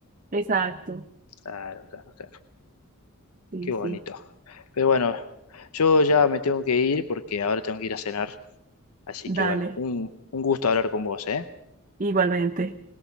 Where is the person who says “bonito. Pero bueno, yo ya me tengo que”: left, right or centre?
Left